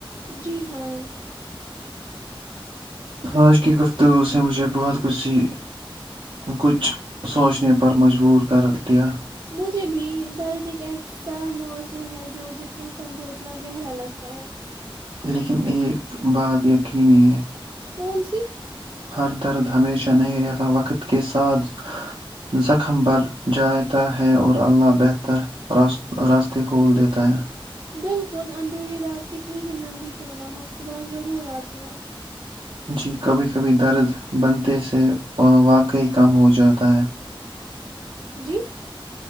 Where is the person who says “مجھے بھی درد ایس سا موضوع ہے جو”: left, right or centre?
Right